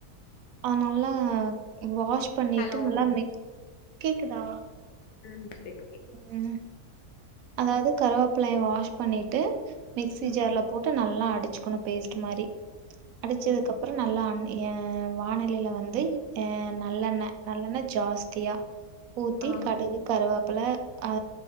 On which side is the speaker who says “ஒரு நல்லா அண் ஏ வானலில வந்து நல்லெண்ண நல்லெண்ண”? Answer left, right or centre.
Right